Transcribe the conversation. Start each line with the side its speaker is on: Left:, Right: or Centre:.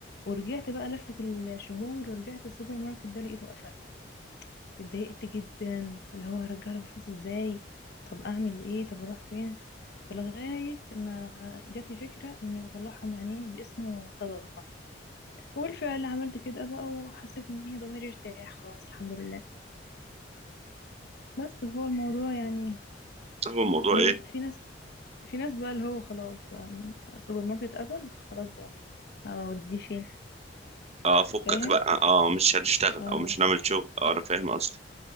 Left: ورجعت بقى لفة الشهور ورجعت السوبر ماركت ده لقيته قفل اتضايقت جدا اللي هو هرجع له فلوس ازاي طب اعمل ايه طب اروح فين فلغاية ما جات لي فكرة اني اطلعهم يعني باسمه صدقة وبالفعل عملت كده بقى وحسيت ان ايه ضميري ارتاح خلاص الحمد لله بس هو الموضوع يعني
Right: هو الموضوع
Left: م-
Right: ايه
Left: في ناس في ناس بقى اللي هو خلاص بقى م- سوبر ماركت قفل خلاص بقى اوديه فين
Right: اه فكك
Left: فاهم
Right: بقى اه مش هنشتغل
Left: اه
Right: او مش هنعمل شغل اه انا فاهم قصدي